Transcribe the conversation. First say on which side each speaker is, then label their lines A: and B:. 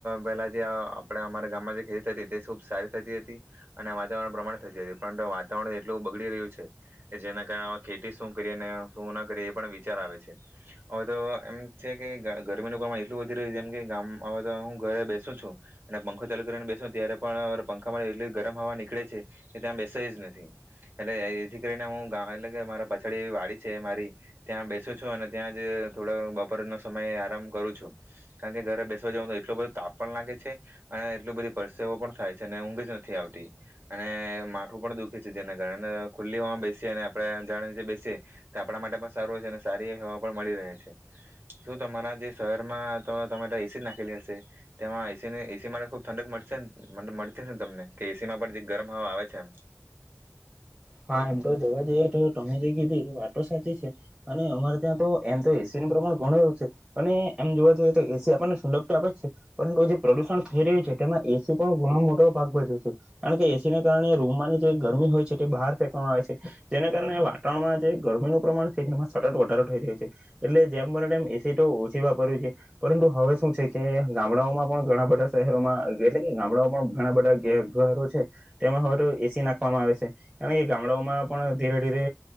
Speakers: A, on the right; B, on the right.
A: પહેલા જે આપણે અમારા ગામમાં જે ખેતી થતી હતી તે ખુબ સારી થતી હતી અને વાતાવરણ પ્રમાણ થતી હતી પર વાતાવરણ એટલું બગડી રહ્યું છે કે જેના કારણેવે ખેતી શું કરીએ શું ના કરીએ એ પણ વિચાર આવે છે હવે તો એમ છે. ગરમીનું પ્રમા એટલું વધી રહ્યું છે જેમ કે ગામ આવે તો હું ઘરે બેસું છું અને પંખો ચાલુ કરીને બેસુ ત્યારે પણ પંખામાં એટલી ગરમ હવા નીકળે છે કે ત્યાં બેસે જ નથી એટલે એથી કરીને હું એટલે કે મારા પાછાડી વાડી છે મારી ત્યાં બેસું છું અને ત્યાં જ થોડો બપર. સમ આરામ કરું છું કારણ કે ઘરે બેસવા જવાનું તો એટલો બધો તાપ પણ લાગે છે અને એટલી બધી પરસેવો પણ થાય છે અને ઊંઘ જ નથી આવતી અને માઠું પણ દુખે છે જેના કારણે ખુલ્લી બેસીએ અને આપણે જાણ નીચે બેસીએ તો આપણા માટે પણ સારું હોય છે અને સારી એ હવા પણ મળી રહે છે. શું તમારા જે શહેરમાં તો તમારે એસી જ નાખેલી હશે તેમાં એસી એસી માટે ખુબ ઠંડક મળને મળતી હશે ને તમને કે એસી માં પણ જે ગરમ હવા આવે છે એમ.
B: હા એમ તો જોવા જઈએ તો તમે જે કીધી એ વાતો સાચી છે અને અમારે ત્યાં તો એમ તો એસીનુંું પ્રમાણ ઘણુંું છે અને એમ જોવા જઈએ તો એસી આપણને સુંડગ્ટ આપે જ છે પરંતુ જે પ્રદુષણ થઈ રહ્યું છે તેમાં એસી પણ ઘણ મોટો ભાગ ભજ્યો છે કારણ કે એસીને કારણે રૂમ ની જે ગરમી હોય છે તે બહાર. આવે જેના કારણે વાતાવરણમાં જે ગરમીનું પ્રમાણ છે તેમાં સતત વધારો થઈ રહ્યો છે એટલે જેમમ એસી તો ઓછી વાપર્યું છે પરંતુ હવે શું છે કે ગામડાઓમાં પણ ઘણા બધા શહેરોમાં એટલે કે ગામડાઓ પણ ઘણા બધા ઘરો છે તેમાં હવે તો એસી નાખવામાં આવે છે. કારણ કે ગામડાઓમાં પણ ધીરે ધીરે